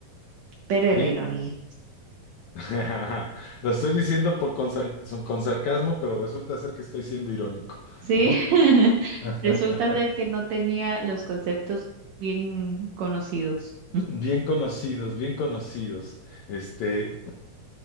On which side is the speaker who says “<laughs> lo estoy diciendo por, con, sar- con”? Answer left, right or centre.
Left